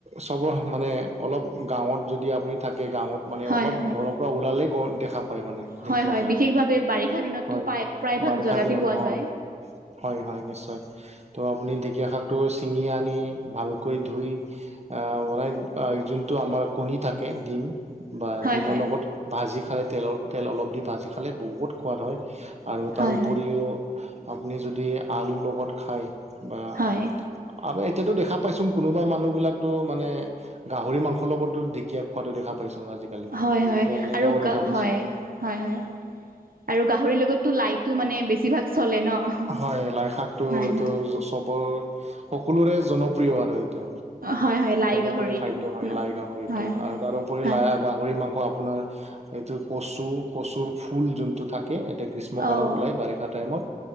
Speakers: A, on the right (about 45°); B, on the right (about 70°).
A: চব মানে অলপ গাঁৱত যদি আপুনি থাকে গাঁৱত মানে
B: হয়
A: অলপ
B: হয়
A: ঘৰৰ পৰা ওলালেই গ দেখা প পায় মানে ঢেকীয়া
B: হয় হয়
A: শাক
B: বিশেষভাৱে বাৰিষা দিনততো
A: হয়
B: প্ৰায় প্ৰায়ভাগ
A: বাৰিষা
B: জেগাতে
A: দিনত
B: পোৱা
A: হয়।
B: যায়
A: হয় হয় নিশ্চয়। তো আপুনি ঢেঁকীয়া শাকটো ছিঙি আনি ভালকৈ ধুই বনাই যোন টো আমাৰ কণী থাকে ডিম বা
B: হয়
A: ডিমৰ
B: হয়
A: লগত ভাজি খালে তেলৰ তেল অলপ দি ভাজি খালে বহুত সোৱাদ হয় আৰু তাৰ
B: হয়
A: উপৰিও আপুনি যদি আলুৰ লগত খায় বা
B: হয় হয়
A: আমি এতিয়াতো দেখা পাইছোঁ কোনোবা মানুহ বিলাকো মানে গাহৰি মাংস ঢেঁকীয়া খোৱাতো দেখা পাইছোং আজিকালি
B: হয় হয়
A: ত এনেকাও
B: আৰু গা
A: দেখা পাইছো।
B: হয়, হয় আৰু গাহৰি লগতটো লাইটো মানে বেছিভাগ চলে ন।
A: হয় লাই শাক টো
B: হয়
A: এইটো
B: হয়
A: চবৰ সকলোৰে জনপ্ৰিয় আৰু এইটো।
B: হয় হয় লাই
A: জনপ্ৰিয়
B: গাহৰিটো
A: খাদ্য হয়
B: ন
A: লাই গাহৰিতটো
B: হয়
A: আৰু তাৰোপৰি
B: হয়
A: লাই গাহৰি মাংস আপোনাৰ এইটো কচু কচুৰ ফুল যোনটো থাকে এয়া গ্ৰীষ্ম
B: অঁ
A: কালত ওলাই বাৰি টা টাইমত